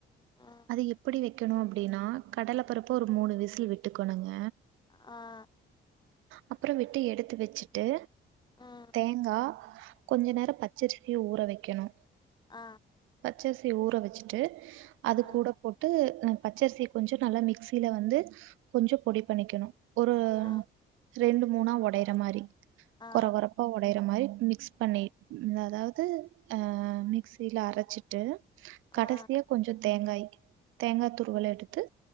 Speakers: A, on the left (about 20°); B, on the right (about 85°).
A: ம்
B: அது எப்டி வெக்கணு அப்டினா கடல பருப்ப ஒரு மூணு விசில் விட்டுக்கோணுங்க
A: அ
B: அப்றோ விட்டு எடுத்து வெச்சுட்டு
A: ம்
B: தேங்காகொஞ்ச நேரோ ப ச்சரிசிய ஊற வெக்கணு
A: அ
B: பச்சரிசிய ஊற வெச்சுட்டு அது
A: ம்
B: கூட போட்டு ந பச்சரிசி கொஞ்சோ நல்லா மிக்சில வந்து கொஞ்சோ பொடி பண்ணிக்கணு ஒரு
A: ஆ
B: ரெண்டு மூணா ஒடையற மாரி
A: ஆ
B: கொர கொர ப்பா ஒடையற மாரி மிக்ஸ் பண்ணி அதாவது அ மிக்சில அரச்சிட்டு கடைசியா
A: ஆ
B: கொஞ்சோ தேங்காய் தேங்கா துருவல எடு தத்து